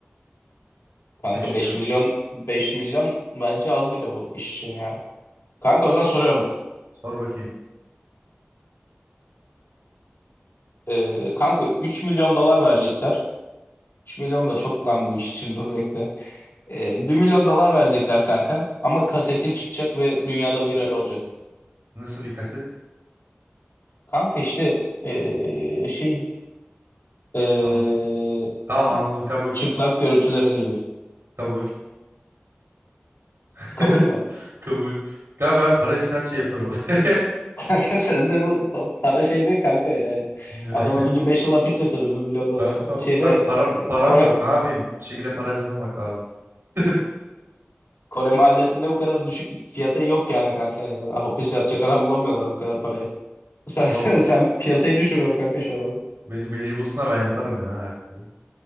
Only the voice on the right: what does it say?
Beş
milyon
çok.
Sor bakayım.
Nasıl bir kaset?
Tamam. Tamam anladım kabul.
Kabul. <laughs>
Kabul. Ya ben para için her şey yaparım. <laughs>
Ne?
Kanka,
kanka para,
param
yok. Ne yapayım? Bir şekilde para kazanmak lazım. <laughs>
Baba,
beni beni bulsunlar ben yaparım ya her türlü.